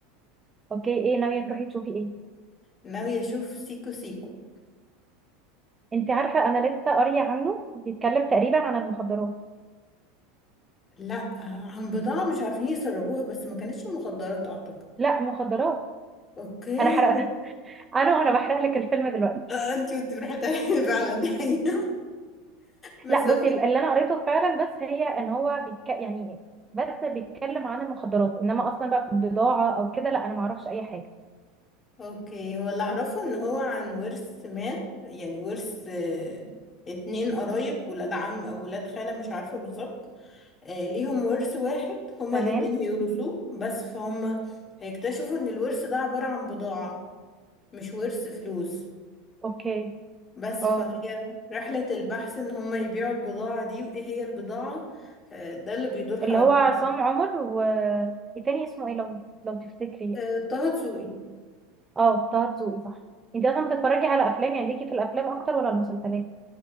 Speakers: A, on the right; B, on the left.
A: اوكي ايه ناوية تروحي تشوفي ايه؟
B: ناويه اشوف سيكو سيكو
A: انت عارفة انا لسه قارية عنه بيتكلم تقريبا عن المخدرات
B: لا عن بضاعه مش عارفين يسربوها بس ما كانتش مخدرات اعتقد
A: لا مخدرات
B: اوكي
A: انا حرقت <laughs> انا وانا بحرق لك الفيلم دلوقتي
B: آه انتي كنت بتحكي <laughs> فعلا دي حقيقه بس
A: لا
B: هو
A: بصي اللي انا قريته فعلا بس هي ان هو بيتك... يعني بس بيتكلم عن المخدرات انما اصلا بقى بضاعة او كده لا انا معرفش اي حاجة
B: اوكي هو اللي اعرفه ان هو عن ورث ما يعني ورث آه، اتنين قرايب ولاد عم او ولاد خاله مش عارفه بالظبط آه، ليهم ورث واحد هما
A: تمام
B: الاتنين هيورثوه بس فهم هيكتشفوا ان الورث ده عبارة عن بضاعة مش ورث فلوس
A: اوكي
B: بس
A: اه
B: فهي رحلة البحث ان هما يبيعوا البضاعة دي وايه هي البضاعة آه، ده اللي بيدور حوالين
A: اللي هو عصام عمر والتاني اسمه ايه لو لو تفتكري
B: آه، طه دسوقي
A: اه طه دسوقي صح انت اصلا بتتفرجي على افلام يعني ليكي في الافلام اكتر ولا المسلسلات